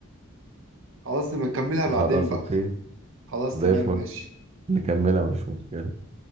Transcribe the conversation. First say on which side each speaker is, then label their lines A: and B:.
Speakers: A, on the right; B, on the right.
A: خلاص نبقى نكملها بعدين
B: خلاص
A: بقى
B: اوكي
A: خلاص
B: زي
A: تمام
B: الفل
A: ماشي
B: نكملها مفيش مشكلة